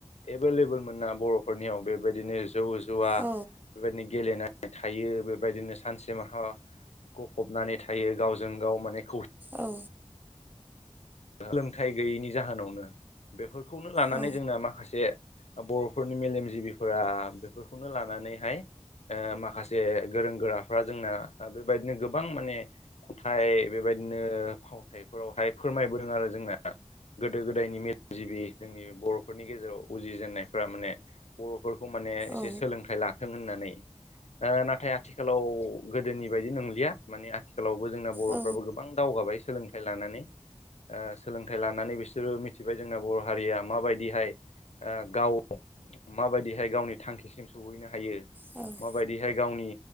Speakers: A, on the left (about 75°); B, on the right (about 15°).
A: एभेलेबोल मोन ना बर'फोरनियाव बेबायदिनो जौ जुवा
B: औ
A: बेबायदिनो गेलेनानै थायो बेबायदिनो सानसे माहा गफबनानै थायो गावजों गाव माने खौसे
B: औ।
A: सोलोंथाइ गैयैनि जाहोनावनो बेफोरखौनो लानानै
B: औ
A: जोंना माखासे बर'फोरनि मेलेमजिबिफोरा बेफोरखौनो लानानैहाय ओ माखासे गोरों गोराफ्रा जोंना ओ बेबायदिनो गोबां माने खन्थाइ बेबायदिनो फावथाइफोरावहाय फोरमायबोदों आरो जोंना गोदो गोदायनि मेलेमजिबि जोंनि बर' फोरनि गेजेराव उजि जेननायफोरा माने बर'फोरखौ माने एसे
B: औ
A: सोलोंथाइ ला थों होननानै ओ नाथाय आथिखालाव गोदोनि बायदि नंलिया माने आथिखालावबो जोंना बर'फ्राबो
B: औ
A: गोबां दावगाबाय सोलोंथाइ लानानै। ओ सोलोंथाइ लानानै बिसोरो मिथिबाय जोंना बर' हारिया माबायदिहाय ओ गाव माबायदिहाय गावनि थांखिसिम सहैनो हायो।
B: औ।
A: माबायदिहाय गावनि